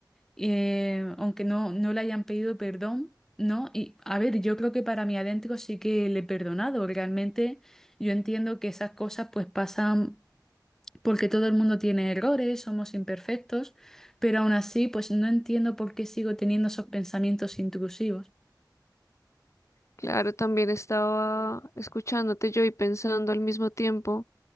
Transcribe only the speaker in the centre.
eh, aunque no, no le hayan pedido perdón, ¿no? Y a ver, yo creo que para mí adentro sí que le he perdonado. Realmente yo entiendo que esas cosas pues pasan porque todo el mundo tiene errores, somos imperfectos, pero aún así, pues no entiendo por qué sigo teniendo esos pensamientos intrusivos.